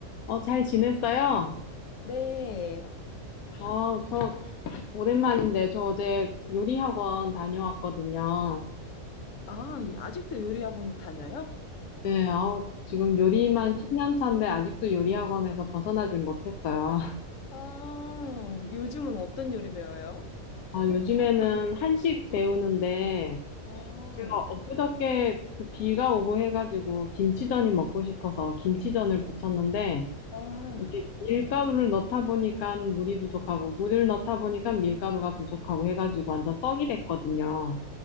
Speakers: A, on the left; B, on the left.
A: 어, 잘 지냈어요?
B: 네.
A: 어, 저 오랜만인데 저 어제 요리 학원 다녀왔거든요.
B: 아, 아직도 요리 학원 다녀요?
A: 네, 아우, 지금 요리만 10년 차인데 아직도 요리 학원에서 벗어나질 못했어요. <laughs>
B: 아, 요즘은 어떤 요리 배워요?
A: 아, 요즘에는 한식 배우는데
B: 아,
A: 제가 엊그저께 그 비가 오고 해가지고 김치전이 먹고 싶어서 김치전을 부쳤는데
B: 아.
A: 이게 밀가루를 넣다 보니까 물이 부족하고 물을 넣다 보니까 밀가루가 부족하고 해가지고 완전 떡이 됐거든요.